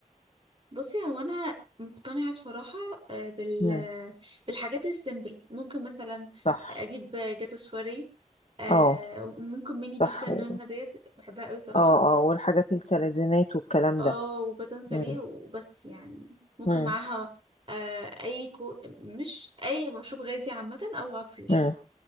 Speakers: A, on the right; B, on the left.
A: بصي هو انا مقتنعة بصراحة آه بال
B: مم.
A: بالحاجات السيمبل ممكن مثلا
B: صح
A: اجيب جاتو سواري آه
B: اه
A: وممكن ميني بيتزا
B: صح
A: النونة
B: و-
A: ديت بحبها قوي صراحة
B: اه اه والحاجات السلزونات والكلام
A: اه
B: ده
A: وباتون ساريه
B: مم.
A: وبس يعني ممكن
B: مم.
A: معاها آه اي كو... مش اي مشروب غازي عامة او عصير
B: مم.